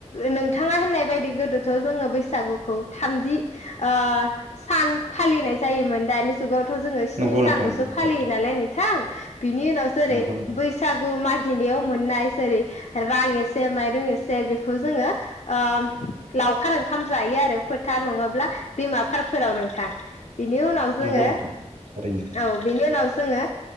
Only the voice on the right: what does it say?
नंगौ
नोंथां
नंगौ
थारैनो
नंगौ नोंथां
नंगौ नोंथां थारैनो ।